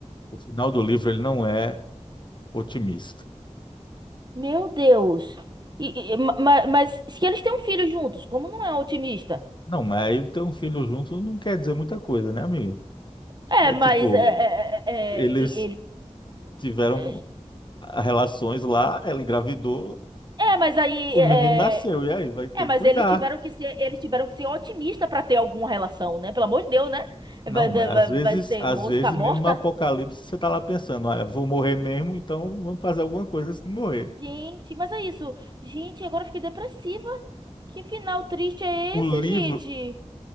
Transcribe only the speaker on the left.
o final do livro ele não é otimista.
Não, mas aí ter um filho junto não quer dizer muita coisa, né, amigo?
É
tipo,
eles
tiveram
relações lá, ela engravidou,
O
menino nasceu,
e aí? Vai ter
que cuidar.
Não,
mas
às vezes,
às
vezes
mesmo no apocalipse você tá lá pensando, ah, eu vou morrer mesmo, então vamos fazer alguma coisa antes de morrer.
O
livro